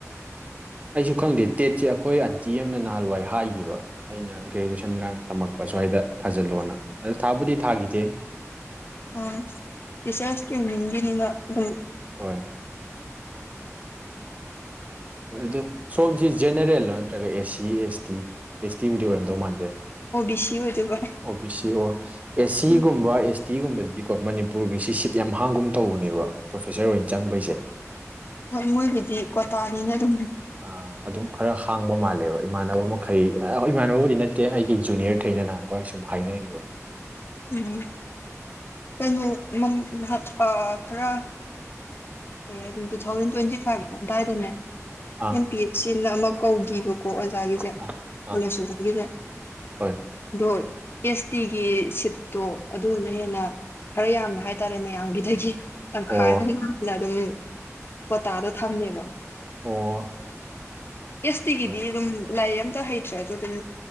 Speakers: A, on the right; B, on the left.
A: ꯑꯩꯁꯨ ꯈꯪꯗꯦ ꯇꯦꯠꯁꯦ ꯑꯩꯈꯣꯏ ꯑꯟꯇꯤ ꯑꯃꯅ ꯅꯍꯥꯟꯋꯥꯏ ꯍꯥꯏꯈꯤꯕ ꯑꯩꯅ ꯒ꯭ꯔꯦꯖꯨꯑꯦꯁꯟꯒ ꯇꯝꯃꯛꯄ ꯁ꯭ꯋꯥꯏꯗ ꯊꯥꯖꯤꯜꯂꯣꯑꯣꯅ ꯑꯗ ꯊꯥꯕꯨꯗꯤ ꯊꯥꯈꯤꯗꯦ ꯑꯥ
B: ꯑ ꯁꯤꯁꯁꯦ ꯅꯤꯡꯒꯤꯟꯂ ꯑꯗꯨ
A: ꯍꯣꯏ ꯍꯣꯏ ꯑꯗꯨ ꯁꯣꯝꯁꯤ ꯖꯦꯅꯔꯦꯜꯂꯣ ꯅꯠꯇ꯭ꯔꯒ ꯑꯦ ꯁꯤ ꯑꯦꯁ ꯇꯤ ꯑꯦꯁ ꯇꯤꯕꯨꯗꯤ ꯑꯣꯏꯔꯝꯗꯧ ꯃꯥꯟꯗꯦ
B: ꯑꯣ ꯕꯤ ꯁꯤ ꯑꯣꯏꯗꯣꯏꯕ
A: ꯑꯣ ꯕꯤ ꯁꯤ ꯑꯣ ꯑꯦ ꯁꯤꯒꯨꯝꯕ
B: ꯎꯝ
A: ꯑꯦꯁ ꯇꯤꯒꯨꯝꯕꯗꯗꯤꯀꯣ ꯃꯅꯤꯄꯨꯔꯒꯤ ꯁꯤ ꯁꯤꯠ ꯌꯥꯝ ꯍꯥꯡꯒꯨꯝ ꯇꯧꯕꯅꯦꯕ ꯄ꯭ꯔꯣꯐꯦꯁꯔ ꯑꯣꯏꯅ ꯆꯪꯕꯩꯁꯦ
B: ꯍꯣꯏ ꯃꯣꯏꯒꯤꯗꯤ ꯀ꯭ꯣꯇꯥꯅꯤꯅ ꯑꯗꯨꯝ
A: ꯑꯥ ꯑꯗꯨꯝ ꯈꯔ ꯍꯥꯡꯕ ꯃꯥꯜꯂꯦꯕ ꯏꯃꯥꯟꯅꯕ ꯃꯈꯩ ꯏꯃꯥꯟꯅꯕꯕꯨꯗꯤ ꯅꯠꯇꯦ ꯑꯩꯒꯤ ꯖꯨꯅꯤꯌꯔꯈꯩꯅ ꯅꯍꯥꯡꯕ ꯍꯥꯏꯁꯨ ꯑꯗꯨꯝ ꯍꯥꯏꯅꯈꯤꯕ
B: ꯎꯝ ꯀꯩꯅꯣꯍꯥꯛ ꯈꯔ ꯀꯩ ꯍꯥꯏ ꯑꯗꯨ ꯇꯨ ꯊꯥꯎꯖꯟ ꯇ꯭ꯋꯦꯟꯇꯤ ꯐꯥꯏꯚ ꯑꯗꯨꯗꯥꯏꯗꯅꯦ
A: ꯑꯥ
B: ꯑꯦꯝ ꯄꯤ ꯑꯦꯁ ꯁꯤꯅ ꯑꯃ ꯀꯧꯈꯤꯕꯀꯣ ꯑꯣꯖꯥꯒꯤꯁꯦ
A: ꯑꯥ ꯑꯥ
B: ꯀꯣꯂꯦꯖꯒꯤꯁꯦ
A: ꯍꯣꯏ
B: ꯑꯗꯣ ꯑꯦꯁ ꯇꯤꯒꯤ ꯁꯤꯠ ꯇꯣ ꯑꯗꯨꯗꯨꯅ ꯍꯦꯟꯅ ꯈꯔ ꯌꯥꯝꯅ ꯍꯥꯏꯇꯥꯔꯦ ꯃꯌꯥꯝꯒꯤꯗꯒꯤ ꯇꯪꯈꯥꯏ
A: ꯑꯣ
B: ꯑꯃ ꯍꯦꯟꯅ ꯅ ꯑꯗꯨꯝ ꯄꯇꯥꯗꯣ ꯊꯝꯃꯦꯕ
A: ꯑꯣ
B: ꯑꯦꯁꯇꯤꯒꯤꯗꯤ
A: ꯍꯣꯏ
B: ꯑꯗꯨꯝ ꯂꯥꯏ ꯑꯝꯇ ꯍꯩꯇ꯭ꯔꯁꯨ ꯑꯗꯨꯝ